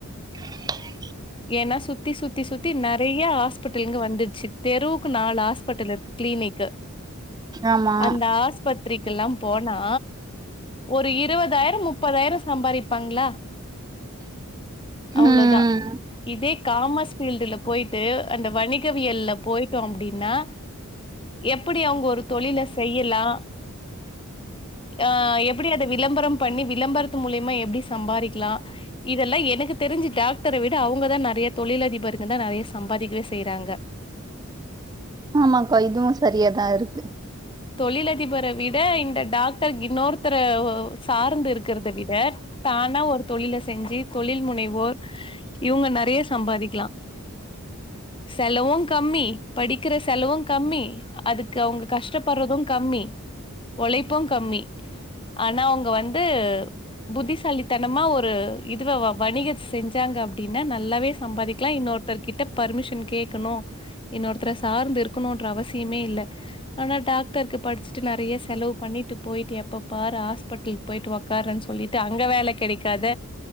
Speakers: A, on the right (about 15°); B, on the left (about 20°).
A: <inaudible>
B: ஏன்னா சுத்தி சுத்தி சுத்தி நெறைய ஹாஸ்பிட்டுல்ங்க வந்துர்ச்சு தெருவுக்கு நாலு ஹஸ்பெட்டல் இருக்கு. கீளினிக்கு..
A: ஆமா
B: அந்த ஆஸ்பத்திரிக்கல்லாம் போனா ஒரு இருவதாயிரம் முப்பதாயிரோ சம்பாரிப்பாங்ளா அவ்ளோதா
A: ம்
B: இதே காமர்ஸ் ஃபீல்டுல போயிட்டு அந்த வணிகவியல்ல போயிட்டோ அப்டினா எப்பிடி அவுங்க ஒரு தொழில செய்யலா. அ எப்டி அத விளம்பரம் பண்ணி விளம்பரத்து மூலியமா எப்டி சம்பாரிக்லா இதெல்லா எனுக்கு தெரிஞ்சி டாக்டர விட அவுங்கதா நெறைய தொழிலதிபருங்கதா நெறைய சம்பாதிக்கவே செய்றாங்க.
A: ஆமாக்கா இதுவு சரியாதா இருக்கு...
B: தொழிலதிபர விட இந்த டாக்டர் இன்னொருத்தர ஒ சார்ந்து இருக்கிறத விட தானா ஒரு தொழில செஞ்சி தொழில் முனைவோர், இவுங்க நெறைய சம்பாரிக்லா செலவுங் கம்மி படிக்கிற செலவுங் கம்மி அதுக்கு அவுங்க கஷ்.. ஷ்டப்பர்றதுங் கம்மி ஒழைப்புங் கம்மி ஆனா அவுங்க வந்து... புத்திசாலித்தனமா ஒரு இதுவாவா வணிகச் செஞ்சாங்க அப்டினா நல்லாவே சம்பாதிக்லா இன்னொ த்தர்கிட்டப் பர்மிஷன் கேக்கணு இன்னொருத்ர சார்ந்து இருக்கணுன்ற அவசியமே இல்ல ஆனா டாக்டர்க்கு படிச்ட்டு நெறைய செலவு பண்ணிட்டு போயிட்டு எப்பப் பாரு ஹாஸ்பட்டல், போயிட்டு ஒக்காறன் சொல்லிட்டு அங்க வேல கெடைக்காத